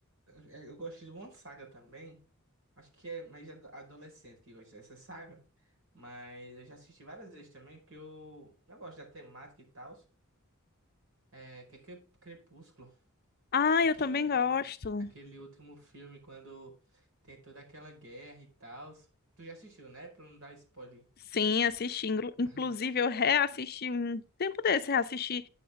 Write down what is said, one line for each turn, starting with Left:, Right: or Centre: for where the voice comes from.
Right: É, Eu gosto de uma saga também. Acho que é mais ado- adolescente que gosta dessa saga. Mas eu já assisti várias vezes também, porque eu, eu gosto da temática e tal. É, que é Cre- Crepúsculo.
Left: Ah,
Right: Aquele,
Left: eu também gosto.
Right: aquele último filme quando tem toda aquela guerra e tal. Tu já assistiu, né? Pra não dar spoiler.
Left: Sim, assisti. Inglu- Inclusive,
Right: <laughs>
Left: eu reassisti um tempo desse, reassisti